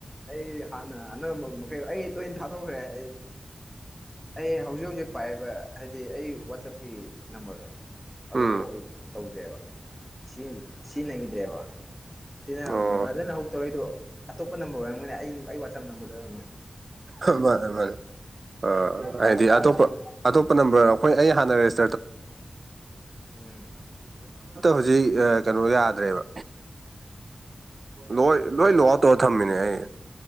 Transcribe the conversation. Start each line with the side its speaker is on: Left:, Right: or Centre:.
Centre: ꯑꯩ ꯍꯥꯟꯅ ꯑꯅꯝꯕ ꯃꯈꯩ ꯑꯩ ꯂꯣꯏ ꯊꯥꯗꯣꯛꯈ꯭ꯔꯦ ꯑꯩ ꯑꯩ ꯍꯧꯖꯤꯛ ꯍꯧꯖꯤꯛ ꯄꯥꯏꯔꯤꯕ ꯍꯥꯏꯗꯤ ꯑꯩ ꯋꯥꯆꯞꯀꯤ ꯅꯝꯕꯔꯗꯣ ꯑꯗꯨꯐꯧ
Right: ꯎꯝ
Centre: ꯑꯩ ꯀꯩꯅꯣ ꯇꯧꯗ꯭ꯔꯦꯕ ꯁꯤꯖꯤꯟꯅꯈꯤꯗ꯭ꯔꯦꯕ ꯁꯤꯅ
Right: ꯑꯣ
Centre: ꯕꯔꯗꯟ ꯍꯧ ꯇꯧꯔꯩꯗꯣ ꯑꯇꯣꯞꯄ ꯅꯝꯕꯔ ꯑꯣꯏꯔꯝꯃꯣꯏꯅꯦ ꯑꯩ ꯑꯩ ꯋꯥꯆꯞ ꯅꯝꯕꯔꯗ ꯑꯣꯏꯔꯝꯃꯣꯏꯅꯦ
Right: ꯃꯥꯅꯤ ꯃꯥꯅꯤꯅꯦ ꯑ
Centre: ꯐꯔꯛ
Right: ꯍꯥꯏꯗꯤ
Centre: ꯇꯥꯏꯌꯦꯕ
Right: ꯑꯇꯣꯞꯄ ꯑꯇꯣꯞꯄ ꯅꯝꯕꯔ ꯑꯩꯈꯣꯏ ꯑꯩ ꯍꯥꯟꯅꯔꯦꯁꯤ ꯑꯃ
Centre: ꯎꯝ
Right: ꯍꯧꯖꯤꯛ ꯀꯩꯅꯣ ꯌꯥꯗ꯭ꯔꯦꯕ ꯂꯣꯏ ꯂꯣꯏ ꯂꯣꯛ ꯑ ꯇꯧꯔ ꯊꯝꯃꯤꯅꯦ ꯑꯩ